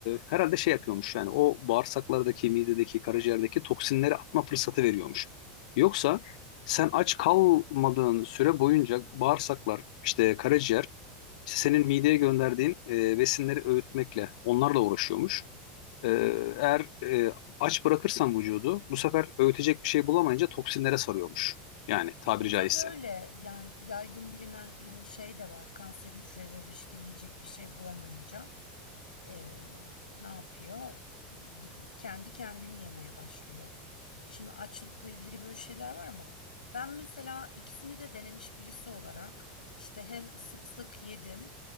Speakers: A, on the left; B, on the left.
A: herhalde şey yapıyormuş yani o bağırsaklardaki, midedeki, karaciğerdeki toksinleri atma fırsatı veriyormuş. Yoksa sen aç kalmadığın süre boyunca bağırsaklar, işte karaciğer işte senin mideye gönderdiğin e, besinleri öğütmekle, onlarla uğraşıyormuş. E, eğer e, aç bırakırsan vücudu, bu sefer öğütecek bir şey bulamayınca toksinlere sarıyormuş. Yani tabiri
B: E tabii
A: caizse.
B: öyle yani yaygın bilinen hani şey de var kanser hücreleri işte yiyecek bir şey bulamayınca e, ne yapıyor? Bi- bi- kendi kendini yemeye başlıyor. Şimdi açlıkla ilgili böyle şeyler var ama ben mesela ikisini de denemiş birisi olarak işte hem sık sık yedim